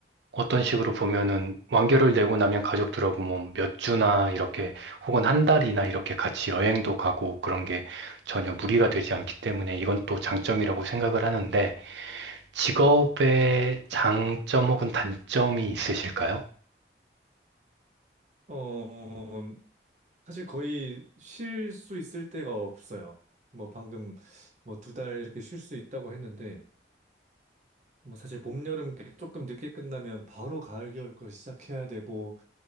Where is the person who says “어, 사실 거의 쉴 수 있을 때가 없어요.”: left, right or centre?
Right